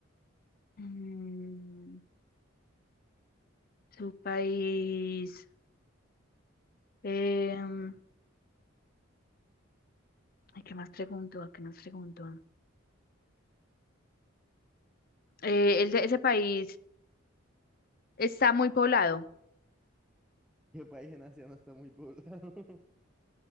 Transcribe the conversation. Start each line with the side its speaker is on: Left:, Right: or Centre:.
Left: Mm, su país. em, ay, ¿qué más pregunto? ¿A qué más pregunto? Eh, el de ese país está muy poblado.
Centre: <laughs> ¿Qué país en Asia no está muy poblado? <laughs>